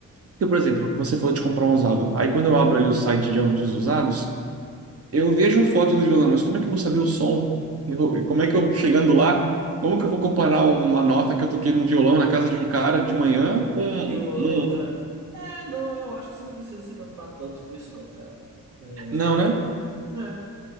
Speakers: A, on the right; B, on the right.
A: Porque, por exemplo, você falou de comprar um usado. Aí, quando eu abro ali o site de anúncios usados. Eu vejo a foto do violão, mas como é que eu vou saber o som? Eu- e como é que eu, chegando lá, como que eu vou comparar uma nota que eu toquei num violão na casa de um cara de manhã com um...
B: E o- outra,
A: um-
B: é, não, eu acho que você não precisa se preocupar tanto com isso, não, cara. É, você
A: Não,
B: pega.
A: né?
B: um- Né?